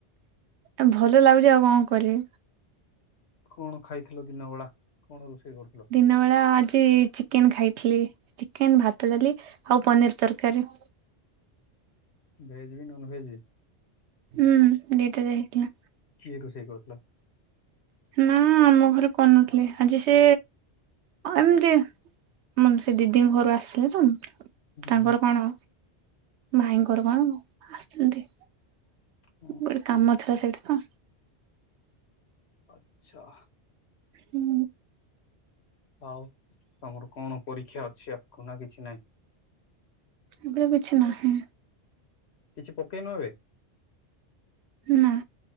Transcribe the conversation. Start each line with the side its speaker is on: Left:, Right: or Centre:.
Right: ଏ ଭଲ ଲାଗୁଛି ଆଉ କଣ କରିବି।
Left: କଣ ଖାଇଥିଲ ଦିନ ବେଳା? କଣ ରୋଷେଇ କରୁଥିଲ?
Right: ଦିନ ବେଳା ଆଜି ଚିକେନ ଖାଇଥିଲି। ଚିକେନ୍ ଭାତ ଡାଲି ଆଉ ପନିର ତରକାରୀ।
Left: ଭେଜ ବି ନନ ଭେଜ ବି।
Right: ହୁଁ ଦି ଟା ଯାକ ହେଇଥିଲା।
Left: କିଏ ରୋଷେଇ କରୁଥିଲା?
Right: ନା ଆମ ଘରେ କରିନଥିଲେ। ଆଜି ସେ ଏମିତି ମାନେ ସେ ଦିଦିଙ୍କ ଘରୁ ଆସିଲେ ତ
Left: ହୁଁ
Right: ତାଙ୍କର
Left: ହୁଁ
Right: କଣ ଭାଇଙ୍କର କଣ ଆସଛନ୍ତି।
Left: ହୁଁ
Right: ଗୋଟେ କାମ
Left: ହୁଁ
Right: ଥିଲା ସେଇଠି ତ
Left: ଆଚ୍ଛା
Right: ହୁଁ
Left: ଆଉ ତମର କଣ ପରୀକ୍ଷା ଅଛି ଆଗକୁ? ନା କିଛି ନାହିଁ।
Right: ଏବେ କିଛି ନାହିଁ।
Left: କିଛି ପକେଇ ନ ଏବେ।
Right: ନା